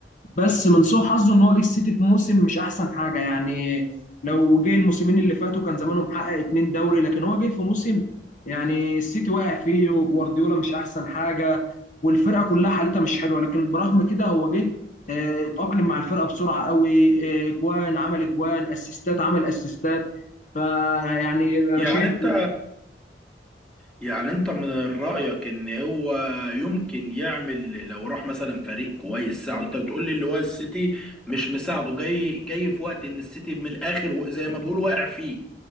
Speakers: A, on the left; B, in the centre.
A: بس من سوء حظه ان هو جه السيتي في موسم مش احسن حاجه يعني لو جه الموسمين اللي فاتوا كان زمانه محقق اتنين دوري لكن هو جه في موسم يعني السيتي واقع فيه وجوارديولا مش احسن حاجه والفرقه كلها حالتها مش حلوه لكن برغم كده هو جه آه، اتأقلم مع الفرقه بسرعه قوي آه، جوان عمل جوان اسيستات عمل اسيستات فيعني انا
B: يعني
A: شايف
B: انت يعني انت من رأيك ان هو يمكن يعمل لو راح مثلا فريق كويس ساعده انت بتقول لي اللي هو السيتي مش مساعده جاي جاي في وقت ان السيتي من الاخر و- زي ما بيقول واقع فيه